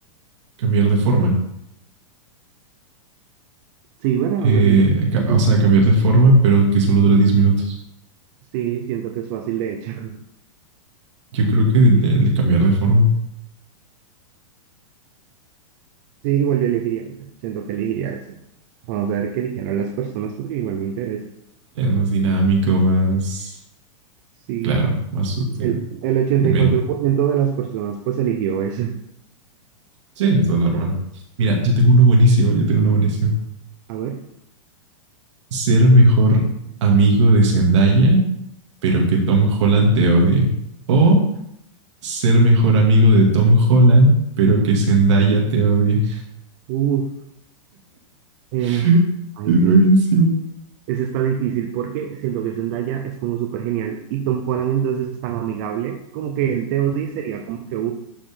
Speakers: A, on the right (about 55°); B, on the right (about 30°).
A: cambiar de forma.
B: Sí, ¿verdad?
A: Eh,
B: O sea, siento que es
A: ca-
B: fácil.
A: o sea, cambiar de forma, pero que solo dura 10 minutos.
B: Sí, siento que es fácil, de hecho. <laughs>
A: Yo creo que el, el cambiar de forma
B: Sí, igual yo elegiría ese. Siento que elegiría ese. Vamos a ver qué eligieron las personas porque igual me interesa.
A: es más dinámico, más
B: Sí,
A: claro, más sutil.
B: el, el ochenta
A: Y men-
B: y cuatro por ciento de las personas pues eligió ese.
A: sí, eso es normal. Mira, yo tengo uno buenísimo, yo tengo uno buenísimo.
B: A ver,
A: Ser mejor amigo de Zendaya, pero que Tom Holland te odie. O ser mejor amigo de Tom Holland, pero que Zendaya te odie.
B: uf, eh,
A: <laughs>
B: ay
A: Es
B: Dios,
A: buenísimo.
B: ese está difícil porque siento que Zendaya es como súper genial y Tom Holland entonces es tan amigable, como que el te odie sería como que, uff,